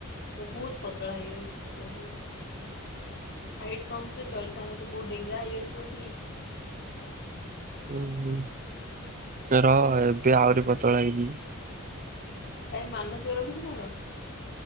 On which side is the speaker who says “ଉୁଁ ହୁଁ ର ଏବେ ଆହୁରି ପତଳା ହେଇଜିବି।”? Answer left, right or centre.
Right